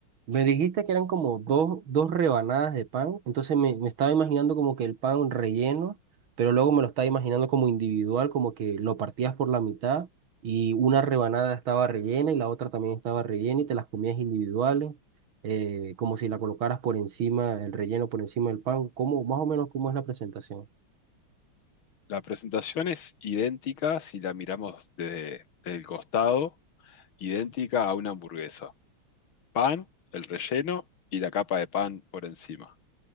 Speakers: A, on the right; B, on the left.
A: Me dijiste que eran como dos, dos rebanadas de pan, entonces me, me estaba imaginando como que el pan relleno, pero luego me lo estaba imaginando como individual, como que lo partías por la mitad y una rebanada estaba rellena y la otra también estaba rellena y te las comías individuales, eh, como si la colocaras por encima, el relleno por encima del pan, cómo más o menos cómo es la presentación.
B: La presentación es idéntica si la miramos desde, desde el costado, idéntica a una hamburguesa. Pan, el relleno y la capa de pan por encima.